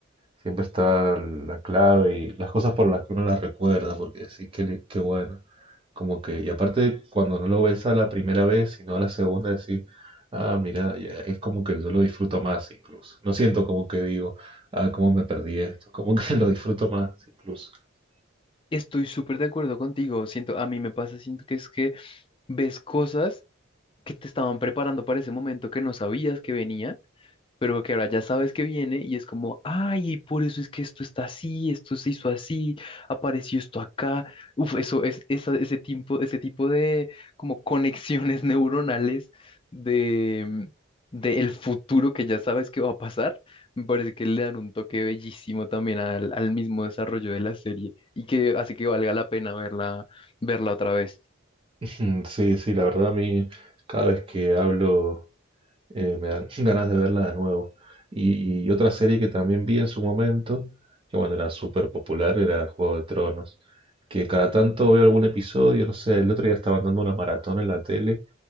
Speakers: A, on the right; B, on the left.
A: Siempre está la clave y las cosas por las que uno las recuerda, porque sí, que qué bueno. Como que, y aparte, cuando no lo ves a la primera vez, sino a la segunda, decir, ah, mira, ya, es como que yo lo disfruto más incluso. No siento como que digo, ah, cómo me perdí esto, como que <laughs> lo disfruto más incluso. <laughs>
B: Estoy súper de acuerdo contigo. Siento, a mí me pasa, siento que es que ves cosas que te estaban preparando para ese momento que no sabías que venía pero que ahora ya sabes que viene y es como, ay, por eso es que esto está así, esto se hizo así, apareció esto acá. Uf, eso es esa- ese tipo, ese tipo de como conexiones <laughs> neuronales de, mm, de el futuro que ya sabes que va a pasar, me parece que le dan un toque bellísimo también al, al mismo desarrollo de la serie y que hace que valga la pena verla, verla otra vez.
A: Mm, Sí, sí, la verdad a mí, cada vez que hablo eh, me dan <laughs> ganas de verla de nuevo. Y, y otra serie que también vi en su momento, que bueno, era súper popular, era Juego de Tronos, que cada tanto veo algún episodio, no sé, el otro día estaban dando una maratón en la tele